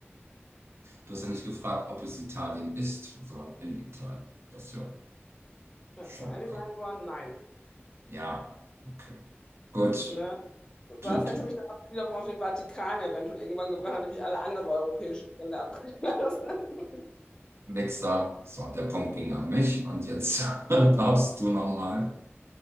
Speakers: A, on the right; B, on the left.
A: Du hast ja nicht gefragt, ob es Italien ist, sondern in Italien. Das ist ja
B: Hättest
A: schon
B: du eigentlich
A: irgendwie.
B: sagen sollen, nein.
A: Ja, okay. Gut.
B: Ne? Was
A: Du, du.
B: hätte mich dann wiederum auf den Vatikan eventuell irgendwann gebracht, nachdem ich alle anderen europäischen Länder abgeschlossen habe. <laughs>
A: Nächster. So, der Punkt ging an mich und jetzt <laughs> darfst du nochmal.